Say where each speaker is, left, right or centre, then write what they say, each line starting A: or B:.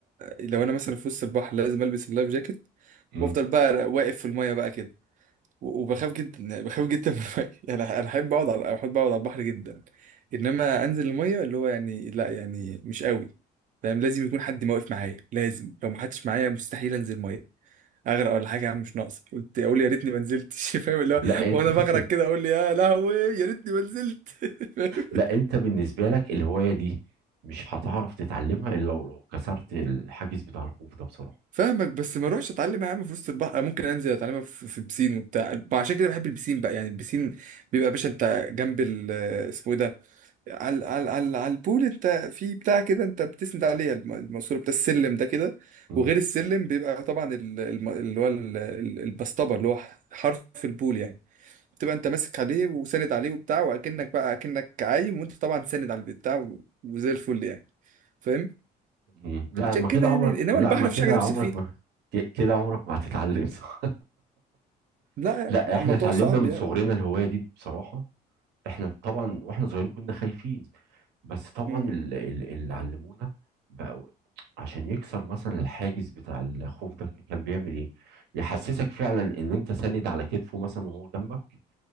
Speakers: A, on the right; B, on the right.
A: لو انا مثلا في وسط البحر لازم البس اللايف جاكيت
B: مم.
A: وافضل بقى واقف في الميه بقى كده و- وبخاف جدا يعني بخاف جدا من الميه <laughs> يعني انا احب اقعد على احب اقعد على البحر جدا انما انزل الميه اللي هو يعني لا يعني مش قوي فاهم لازم يكون حد ما واقف معايا لازم لو ما حدش معايا مستحيل انزل ميه اغرق ولا حاجه يا عم مش ناقص قلت اقول يا ريتني ما نزلتش <laughs> فاهم اللي هو
B: لا انت
A: وانا بغرق كده اقول لي يا لهوي يا ريتني ما نزلت
B: لا
A: <laughs>
B: انت بالنسبه لك الهوايه دي مش هتعرف تتعلمها
A: فاهم؟
B: الا لو لو كسرت الحاجز بتاع الخوف ده بصراحه
A: فاهمك بس ما اروحش اتعلم يا عم في وسط البحر ممكن انزل اتعلمها في, في بسين وبتاع عشان كده بحب البسين بقى يعني البسين بيبقى يا باشا انت جنب ال اسمه ايه ده على على على على البول انت في بتاع كده انت بتسند عليها الم- الماسوره بتاع السلم ده كده
B: مم.
A: وغير السلم بيبقى طبعا ال- الم- اللي هو ال- ال- البسطبه اللي هو حرف البول يعني تبقى انت ماسك عليه وساند عليه وبتاع واكنك بقى اكنك عايم وانت طبعا ساند على البتاع و- وزي الفل يعني فاهم
B: مم. لا
A: عشان
B: ما
A: كده
B: كده
A: يعني
B: عمرك
A: انما
B: لا
A: البحر
B: ما كده
A: مفيش حاجه تمسك
B: عمرك
A: فيه
B: ما ك- كده عمرك ما هتتعلم <laughs> صح
A: لا يعني
B: لا احنا
A: الموضوع
B: اتعلمنا
A: صعب
B: من
A: يعني
B: صغرنا الهوايه دي بصراحه احنا طبعا واحنا صغيرين كنا خايفين بس طبعا
A: مم.
B: ال- ال- اللي علمونا بقى عشان يكسر مثلا الحاجز بتاع الخوف ده كان بيعمل ايه يحسسك فعلا ان انت ساند على كتفه مثلا وهو جنبك